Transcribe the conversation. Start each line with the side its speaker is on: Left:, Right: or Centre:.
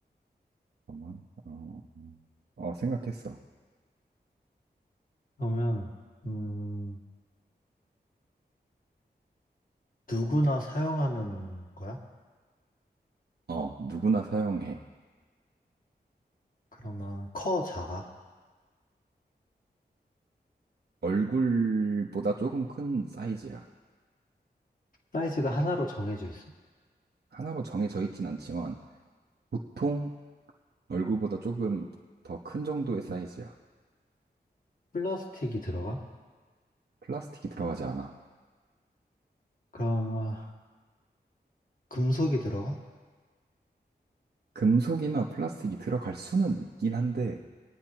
Right: 잠깐만. 어, 음. 어, 생각했어.
Left: 그러면 음, 누구나 사용하는 거야?
Right: 어, 누구나 사용해.
Left: 그러면 커 작아?
Right: 얼굴보다 조금 큰 사이즈야.
Left: 사이즈가 하나로 정해져 있어?
Right: 하나로 정해져 있진 않지만 보통 얼굴보다 조금 더 큰 정도의 사이즈야.
Left: 플라스틱이 들어가?
Right: 플라스틱이 들어가지 않아.
Left: 그럼 아, 금속이 들어가?
Right: 금속이나 플라스틱이 들어갈 수는 있긴 한데,